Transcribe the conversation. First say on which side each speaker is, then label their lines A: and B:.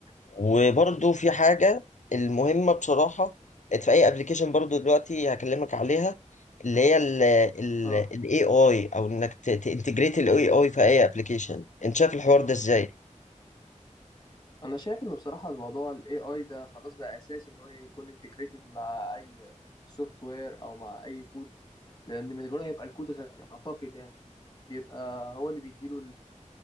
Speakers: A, on the left; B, on the left.
A: وبرضو في حاجة المهمة بصراحة كانت في أي ابلكيشن برضو دلوقتي هكلمك عليها اللي هي ال ال
B: اه
A: ال AI أو إنك تانتجريت ال AI في أي ابلكيشن أنت شايف الحوار ده إزاي؟
B: انا شايف انه بصراحه الموضوع الاي اي ده خلاص بقى اساسي ان هو يكون انتجريتد مع اي سوفت وير او مع اي كود لان من غيره هيبقى الكود غني اعتقد يعني بيبقى هو اللي بيديله